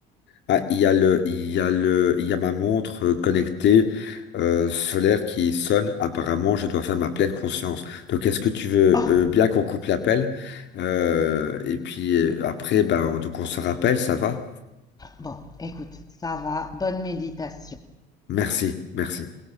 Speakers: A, on the left; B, on the left.
A: Ah, il y a le, il y a le, il y a ma montre euh, connectée euh, solaire qui sonne. Apparemment, je dois faire ma pleine conscience. Donc, est-ce que tu veux
B: Ah,
A: euh, bien qu'on coupe l'appel? Euh, et puis euh, après, ben, donc on se rappelle, ça va?
B: bon, écoute, ça va, bonne méditation.
A: Merci, merci.